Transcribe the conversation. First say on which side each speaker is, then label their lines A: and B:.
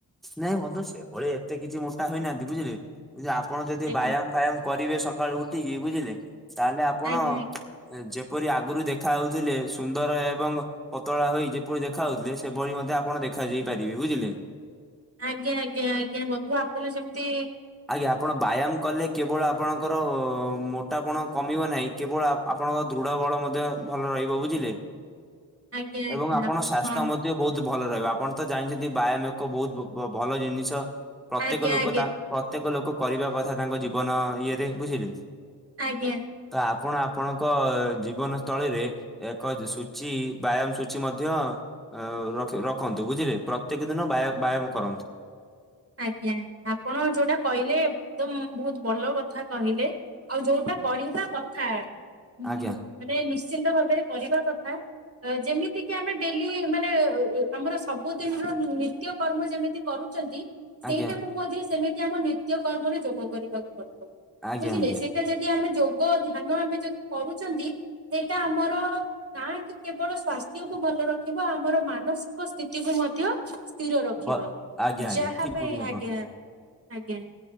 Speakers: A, in the centre; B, on the right.
A: ନାଇଁ ବନ୍ଧୁ ସେଭଳି ଏତେ କିଛି ମୋଟା ହୋଇନାହାନ୍ତି ବୁଝିଲେ। ବଝିଲେ ଆପଣ ଯଦି
B: ଆଜ୍ଞା
A: ବାୟାମ ଫାୟାମ କରିବେ ସକାଳୁ ଉଠିକି ବୁଝିଲେ ତାହେଲେ ଆପଣ
B: ଆଜ୍ଞା
A: ଯେ ପରି ଆଗୁରୁ ଦେଖା ହଉଥିଲେ ସୁନ୍ଦର ଏବଂ ପତଳା ହୋଇ ଯେପରି ଦେଖା ହଉଥିଲେ ସେଭଳି ମଧ୍ୟ ଆପଣ ଦେଖ ଖା ଯାଇ ପାରିବେ ବୁଝିଲେ।
B: ଆଜ୍ଞା ଆଜ୍ଞା ଆଜ୍ଞା ବନ୍ଧୁ ଆପଣ ସେମତି
A: ଆଜ୍ଞା ଆପଣ ବାୟାମ କଲେ କେବଳ ଆପଣଙ୍କର ମୋଟାପଣ କମିବ ନାହିଁ କେବଳ ଆପଣଙ୍କ ଦୃଢ଼ ବଳ ମଧ୍ୟ ଭଲ ରହିବ ବୁଝିଲେ।
B: ଆଜ୍ଞା ଆଜ୍ଞା
A: ଏବଂ ଆପଣ ସ୍ୱାସ୍ଥ୍ୟ
B: ହଁ।
A: ମଧ୍ୟ ବହୁତ ଭଲ ରହିବ ଆପଣ ତ ଜାଣିଚନ୍ତି ବାୟାନୋକ୍। ଲୋକ ବହୁତ ବ-ବ ଭଲ ଜିନିଷ ପ୍ରତ୍ୟେକ
B: ଆଜ୍ଞା
A: ଲୋକ
B: ଆଜ୍ଞା
A: ତା ପ୍ରତ୍ୟେକ ଲୋକ କରିବା କଥା ତାଙ୍କ ଜୀବନ ଇଏରେ ବୁଝିଲେ।
B: ଆଜ୍ଞା
A: ତ ଆପ୍ ପଣ ଆପଣଙ୍କ ଜୀବନ ସ୍ଥଳୀରେ ଏକ ଯ- ସୂଚୀ ବ୍ୟାୟାମ ସୂଚୀ ମଧ୍ୟ ଅ, ରଖ ରଖନ୍ତୁ ବୁଝିଲେ ପ୍ରତ୍ୟେକ ଦିନ ବ୍ୟାୟ ବ୍ୟାୟାମ କରନ୍ତୁ।
B: ଆଜ୍ଞା ଆପଣ ଯୋଉଟା କହିଲେ ଏକଦମ ବହୁତ ଭଲ କଥା କହିଲେ। ଆଉ ଯୋଉଟା କରିବା କଥା ହୁଁ,
A: ଆଜ୍ଞା
B: ମାନେ ନିଶ୍ଚିନ୍ତ ଭାବରେ କରିବା କଥା। ଅ, ଯେମିତି କିି ଆମେ ଡେଲି ମାନେ ଅ, ଅ, ଆମର ସବୁଦିନିର ନି ନିତ୍ୟକର୍ମ ଯେମିତି କରୁଚନ୍ତି। ସେଇଟାକୁ
A: ଆଜ୍ଞା
B: ମଧ୍ୟ ସେମିତି ଆମ ନିତ୍ୟ କର୍ମରେ ଯୋଗ କରିବା। ପଡିବ।
A: ଆଜ୍ଞା
B: ବୁଝିଲେ,
A: ଆଜ୍ଞା
B: ସେଇଟା ଯଦି ଆମେ ଯୋଗ ଧ୍ୟାନ ଆମେ ଯଦି କହୁଛନ୍ତି। ସେଟା ଆମର ନା କି କେବଳ ସାସ୍ଥ୍ୟ ଉପ କୁ ଭଲ ରଖିବ। ଆମର ମାନସିକ ସ୍ଥିତିକୁ ମଧ୍ୟ ସ୍ଥିର ରଖିବ।
A: ବ ଆଜ୍ଞା ଆଜ୍ଞା
B: ଯାହା
A: ଠିକ କହୁଛନ୍ତି
B: ସେ ଆଜ୍ଞା,
A: ଆପଣ।
B: ଆଜ୍ଞା।